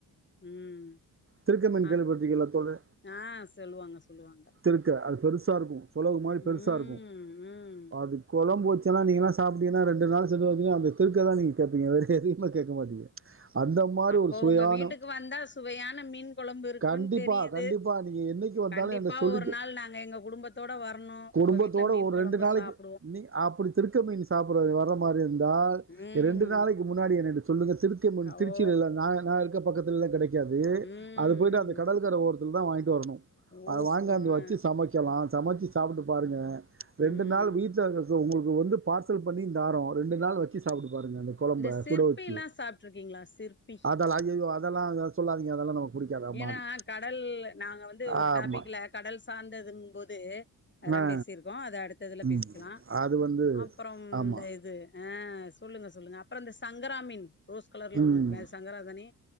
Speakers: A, on the left; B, on the right.
A: ம்
B: திருக்கமீன்
A: ஆ
B: கேள்விப்பட்ருக்கியளா தோழி
A: ஆ சொல்லுவாங்க சொல்லுவாங்க
B: திருக்க அது பெருசா இருக்கு சுலக மாரி பெருசா
A: ம்
B: இருக்கு
A: ம்
B: அது கொழம்பு வச்சன்னா நீங்கள்லா சாப்ட்டீங்கன்னா ரெண்டு நாள் <unintelligible> அந்த திருக்க தா நீங்க கேப்பீங்க வேற எதயூமே கேக்க மாட்டீங்க அந்த மாதிரி
A: அப்ப
B: ஒரு சுவையான
A: உங்க வீட்டுக்கு வந்தா சுவையான மீன் கொழம்பு இருக்குன்னு
B: கண்டிப்பா
A: தெரியிது
B: கண்டிப்பா நீங்க என்னைக்கு வந்தாலும்
A: கண்டிப்பா
B: என்ன சொல்லிட்டு
A: ஒரு நாள் நாங்க எங்க குடும்பத்தோட வரணு
B: குடும்பத்தோட
A: உங்க வீட்டுல மீன்
B: ஒரு
A: கொழம்பு
B: ரெண்டு நாளைக்கு
A: சாப்
B: நீ அப்படி திருக்க மீன் சாப்பட்றதுக் வர மாரி இருந்தா
A: ம்
B: ரெண்டு நாளைக்கு முன்னாடி என்னுட்ட சொல்லுங்க திருத் கமீன்
A: ஓ
B: திருச்சில இல்ல நாங்க நா இருக்க பக்கத்தில்லா கெடைக்காது
A: ம்
B: அது போயிட்டு அந்த
A: ம்
B: கடல்கர ஓர இருந்தா வாய்ங்ட்டு வரணு
A: ஓஹோ
B: அது வாய்ங்காந்து
A: ஆ
B: வச்சு சமைக் க்லாம் சமச்சு சாப்பிட்டு பாருங்க ரெண்டு
A: ம்
B: நாள் வீட்ல இரு உங்களுக்கு வந்து பார் சல் பண்ணி தாரோ ரெண்டு நாள் வச்சு சாப்ட்டு பாருங்க அந்த கொழம்ப
A: இந்த சிற்பில்லா
B: சுட வச்சு
A: சாப்ட்ருக்கீங்களா சிற்பி
B: அதெல்லா அய்யய்யோ அதெல்லா சொல்லாதீங்க அதெல்லா நமக்கு புடிக்காது அம்மாதி
A: ஏன்னா கடல் நாங்க வந்து ஒரு
B: ஆமா
A: டாபிக்ல கடல் சார்ந்ததுங் போது எல்லாம்
B: ஆ
A: பேசியிருக்கோ அத அடுத் ததுல
B: ம்
A: பேசிக்லாம்
B: அது வந்து
A: அப்புறம்
B: ஆமா
A: இந்த இது ஆ சொல்லுங்க சொல்லுங்க அப்புறம் இந்த சங்கரா மீன் ரோஸ் கலர்ல
B: ம்
A: ஒண்ணு இருக்குமே அது சங்கரா தானே